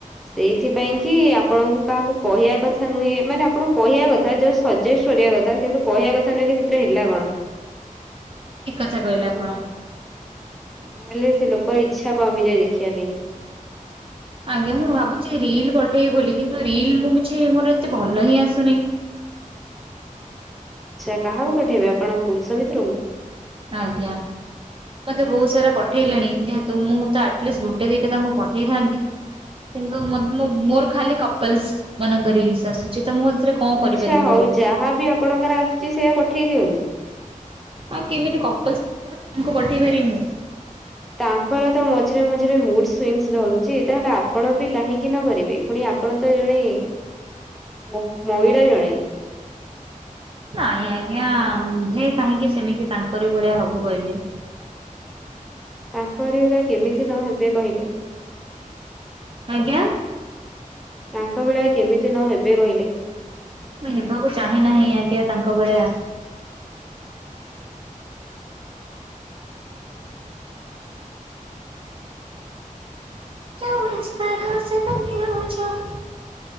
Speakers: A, in the centre; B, on the right.
A: ସେଇଥିପାଇଁ କି ଆପଣଙ୍କୁ କାହାକୁ କହିବା କଥା ନୁହେଁ ମାନେ ଆପଣଙ୍କୁ କହିବା କଥା। ତାର ଯୋଉ ସଜେଷ୍ଟେ କରିବା କଥା କିନ୍ତୁ କହିବା କଥା ନୁହେଁ କି ସେଥିରେ ହେଲା କଣ। ନହେଲେ
B: ଠିକ କଥା କହିଲେ ଆପଣ।
A: ନହେଲେ ସେ ଲୋକର ଇଛା କମିଯଏ ଦେଖିବା ପାଇଁ।
B: ଆଜ୍ଞା ମୁଁ ଭାବୁଚି ରିଲ୍ ପଠେଇବି ବୋଲି କିନ୍ତୁ ରିଲ୍ ମୁଁ କିଛି ମୋର ଏତେ ଭଲ ହିଁ ଆସୁନେହିଁ।
A: ଆଚ୍ଛା କାହାକୁ ପଠେଇବେ ଆପଣ ପୁରୁଷ ମିତ୍ରଙ୍କୁ।
B: ଆଜ୍ଞା। ମତେ ବହୁତ୍ ସାରା ପଠେଇଲେଣି ଯେହେତୁ ମୁଁ ତ ଆଟଲିଷ୍ଟି ଗୋଟେ ଦିଟା ତାଙ୍କୁ ପଠେଇଥାଆନ୍ତି। କିନ୍ତୁ ମୋତେ ମୁ ମୋ ମୋର ଖାଲି କପଲସ୍ ମାନଙ୍କ ରିଲସ୍ ଆସୁଛି ତ ମୁଁ ଏଥିରେ କଣ କରିପାରିବି
A: ଆଚ୍ଛା୍ ହଉ
B: କହିଲେ?
A: ଯାହାବି ଆପଣଙ୍କର ଆସୁଚି ସେଇଆା ପଠେଇ ଦିଅନ୍ତୁ।
B: ଆଁ କେମିତି କପଲ୍ ସ୍ ତାଙ୍କୁ ପଠେଇ ପାରିବ ମୁୁ।
A: ତାଙ୍କର ତ ମଝିରେ ମଝିରେ ମୁଡୁ ସୁଇଙ୍ଗିସ୍ ଧରୁଚି ତାହେଲେ ଆପଣ ବି କାହିଁକି ନ ଭରିବେ ପୁଣି ଆପଣ ଆପଣ ତ ଜଣେ ମ ମହିଳା ଜଣେ।
B: ନାଇଁ ଆଜ୍ଞା ହେ କାହିଁକି ସେମିତି ତାଙ୍କରି ଭଳିଆ ହବୁ କହିଲେ।
A: ତାଙ୍କରି ଭଳିଆ କେମିତି ନ ହେବେ କହିଲେ।
B: ଆଜ୍ଞା।
A: ତାଙ୍କ ଭଳିଆ କେମିତି ନହବେ କହିଲେ?
B: ମୁଁ ହେବାକୁ ଚାହିଁ ନାହିଁ ଆଜ୍ଞା ତାଙ୍କ ଭଳିଆ। ଜୋ ଇସ୍ଥତରା ସେ ଦୁନିଆ ଜହାଁ